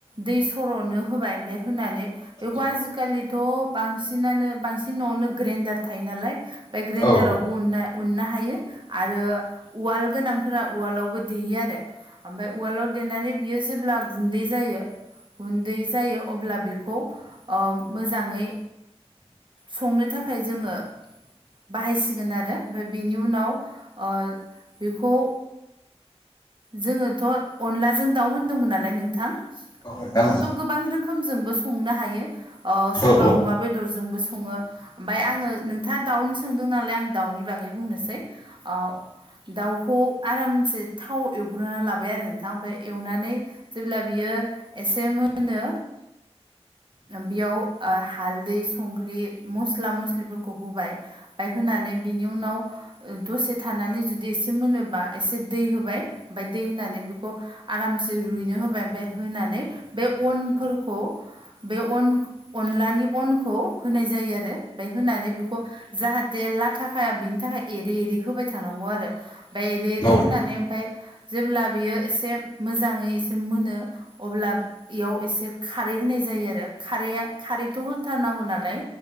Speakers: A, on the right; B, on the left.
A: दै सर'नो होबाय ओमफाय होनानै बेखौ
B: औ
A: आजिखालिथ' बांसिनानो बांसिन न'आवनो ग्रेन्डार थायो नालाय बे ग्रेनदारावबो
B: औ नोंथां औ
A: उननो उननो हायो आरो उवाल गोनांफोरा उवालावबो देयो आरो। ओमफाय उवालाव देनानै बियो जेब्ला गुन्दै जायो गुन्दै जायो अब्ला बेखौ ओ मोजाङै संनो थाखाय जोङो बाहायसिगोन आरो ओमफाय बेनि उनाव ओ बेखौ जोङोथ' अनलाजों दाउ होनदोंमोन नालाय नोंथां
B: औ नोंथां
A: बेखौथ'
B: औ
A: गोबां रो खोमजोंबो संनो हायो ओ सोरबा
B: औ
A: अमा बेदरजोंबो सङो। ओमफाय आङो नोंथाङा दाउनि सोंदों नालाय आं दाउनि बागै बुंनोसै। औ दाउखौ आरामसे थाव एवग्रोना लाबाय आरो नोंथां ओमफाय एवनानै जेब्ला बियो एसे मोनो बेयाव ओ हालदै संख्रि मस्ला मस्लिफोरखौ होबाय ओमफाय होनानै बिनि उनाव दसे थानानै जुदि एसे मोनोबा एसे दै होबाय ओमफाय दै होनानै बेखौ आरामसे रुइनो होबाय बे होनानै बे अनफोरखौ बे अन अनलानि अनखौ होनाय जायो आरो ओमफाय होनानै बेखौ जाहाथे लाथाखाया बिनि थाखाय एरै एरै होबाय थानांगौ आरो। ओमफाय एरि एरि
B: औ
A: होनानै
B: औ
A: ओमफाय जेब्ला बियो एसे मोजाङै एसे मोनो अब्ला इयाव एसे खारै होनाय जायो आरो खारैया खारैथ' होथारनांगौ नालाय